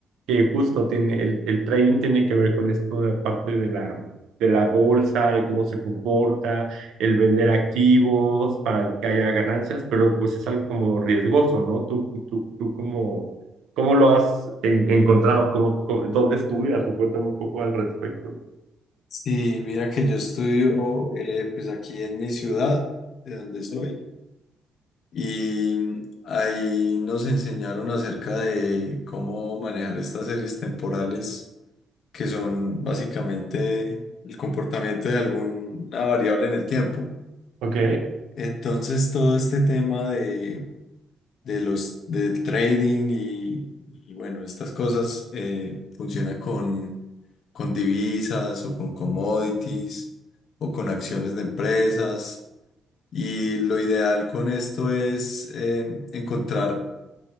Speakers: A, on the right; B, on the left.
A: que justo tiene, el, el trading tiene que ver con esto de la parte de la, de la bolsa, de cómo se comporta, el vender activos para que haya ganancias, pero pues es algo como riesgoso, ¿no? Tú, tú, tú cómo, cómo lo has en- encontrado, cómo, cómo- dónde estudias, o cuéntame un poco al respecto.
B: Sí, mira que yo estudio eh, pues aquí en mi ciudad, de donde soy. Y ahí nos enseñaron acerca de cómo manejar estas series temporales, que son básicamente el comportamiento de alguna variable en el tiempo.
A: Ok.
B: Entonces, todo este tema de, de los del trading y, y, bueno, estas cosas eh, funcionan con, con divisas o con commodities o con acciones de empresas. Y lo ideal con esto es eh, encontrar